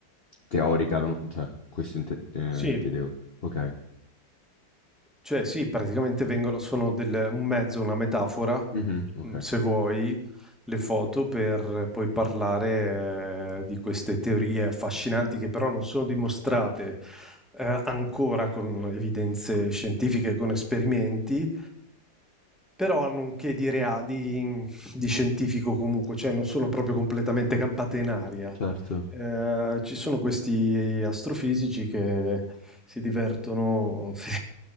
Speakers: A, on the left; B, in the centre.
A: teorica, non- cioè, questo inte- eh,
B: sì,
A: chiedevo. Ok.
B: cioè sì, praticamente vengono, sono del- un mezzo, una metafora,
A: Mhm, ok.
B: mm, se vuoi, le foto per poi parlare eh, di queste teorie affascinanti che però non sono dimostrate eh, ancora con evidenze scientifiche, con esperimenti, però hanno un che di, rea- di- di scientifico comunque, cioè non sono proprio completamente campate in aria.
A: Certo.
B: Eh, ci sono questi astrofisici che si divertono <laughs> sì,